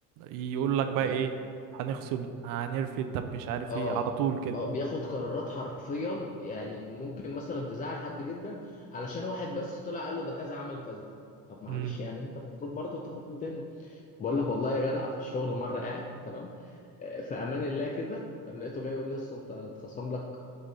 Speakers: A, on the right; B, on the left.
A: يقول لك بقى
B: فاهم
A: ايه هنخصم هنرفد طب مش عارف
B: اه
A: ايه على طول كده
B: اه بياخد قرارات حرفيا يعني ممكن مثلا تزعل حد جدا علشان واحد بس طلع قال له ده كذا عمل كذا طب معلش
A: امم
B: يعني انت المفروض برضه تاخد من تاني بقول لك والله يا جدع في الشغل مره قاعد تمام في امان الله كده قام لقيته جاي يقول لي اصل انت اتخصم لك